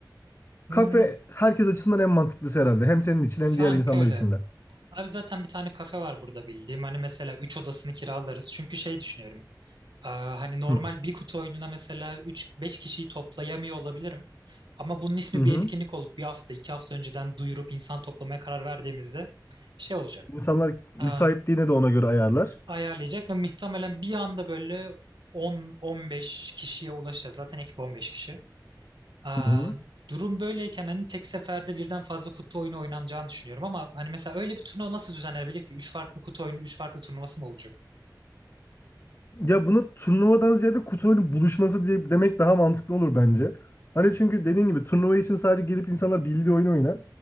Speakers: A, on the right (about 80°); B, on the left (about 35°).
A: Hmm,
B: kafe herkes açısından en mantıklısı herhalde. Hem senin için
A: sanki
B: hem diğer insanlar
A: öyle.
B: için de.
A: Abi zaten bir tane kafe var burada bildiğim. Hani mesela 3 odasını kiralarız. Çünkü şey düşünüyorum. Aa, hani normal
B: Hı
A: bir kutu oyununa mesela üç beş kişiyi toplayamıyor olabilirim. Ama bunun ismi
B: hı. hı.
A: bir etkinlik olup bir hafta, iki hafta önceden duyurup insan toplamaya karar verdiğimizde şey olacak.
B: İnsanlar müsaitliğine
A: Aa,
B: de ona göre ayarlar.
A: ayarlayacak ve muhtemelen bir anda böyle on on beş kişiye ulaşacağız. Zaten ekip 15 kişi. Aa,
B: Hı hı.
A: durum böyleyken hani tek seferde birden fazla kutu oyunu oynanacağını düşünüyorum ama hani mesela öyle bir turnuva nasıl düzenlenebilir ki? Üç farklı kutu oyunu, üç farklı turnuvası mı olacak?
B: Ya bunu turnuvadan ziyade kutu oyunu buluşması diye demek daha mantıklı olur bence. Hani çünkü dediğin gibi turnuva için sadece gelip insanlar bildiği oyunu oynar.